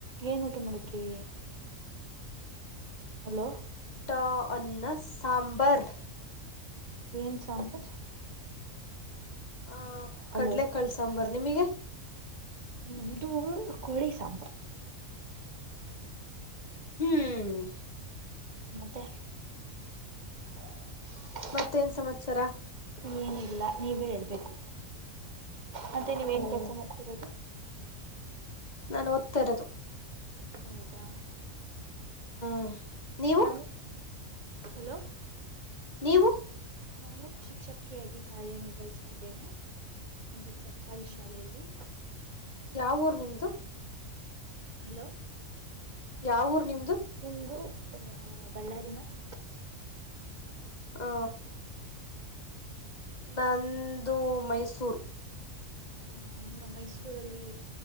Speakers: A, on the right; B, on the left.
A: ಏನ್ ಊಟ ಮಾಡಿದ್ರಿ. ಹಲೋ
B: ಟ ಅನ್ನ ಸಾಂಬರ್
A: ಏನ್ ಸಾಂಬಾರ್.
B: ಆ
A: ಹಲೋ
B: ಕಡ್ಲೆಕಾಳ್ ಸಾಂಬಾರ್ ನಿಮಿಗೆ
A: ನಮ್ದು ಕೋಳಿ ಸಾಂಬಾರ್.
B: ಹ್ಮ್
A: ಮತ್ತೆ <inaudible>
B: ಮತ್ತೇನ್ ಸಮಾಚಾರ
A: ಇನ್ ಏನಿಲ್ಲ ನೀವೇ ಹೇಳ್ಬೇಕು ಮತ್ತೆ ನೀವೇನ್
B: ಹ್ಮ್
A: ಕೆಲ್ಸ ಮಾಡ್ತಿರೋದು.
B: ನಾನ್ ಓದ್ತಾ ಇರೋದು.
A: ಹೌದಾ
B: ಹ್ಮ ನೀವು
A: ಉ ಹಲೋ
B: ನೀವು
A: ನನ್ನು ಶಿಕ್ಷಕಿಯಾಗಿ ಕಾರ್ಯ ನಿರ್ವಹಿಸುತ್ತಿದ್ದೇನೆ. ಒಂದು ಸರ್ಕಾರಿ ಶಾಲೆಯಲ್ಲಿ
B: ಯಾವೂರ್ ನಿಮ್ದು
A: ಹಲೋ
B: ಯಾವೂರ್ ನಿಮ್ದು
A: ನಮ್ದು ಅ ಬಳ್ಳಾರಿ ಮ್ಯಾಮ್.
B: ಆ ನಂದು ಮೈಸೂರು
A: ಹಾ ನಮ್ಮ ಮೈಸೂರಲ್ಲಿ